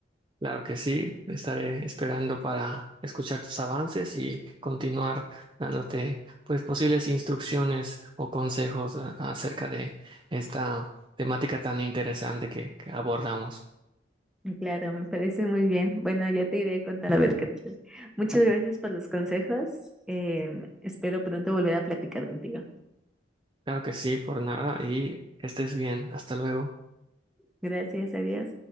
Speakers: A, on the right (about 25°); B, in the centre.
A: Claro que sí, estaré esperando para escuchar tus avances y continuar dándote pues posibles instrucciones o consejos a- acerca de esta temática tan interesante que, que abordamos.
B: Mm, Claro, me parece muy bien. Bueno, ya te iré contando a ver qué tal. Muchas gracias por los consejos. em, espero pronto volver a platicar contigo.
A: Claro que sí, por nada y que estés bien. Hasta luego.
B: Gracias, adiós.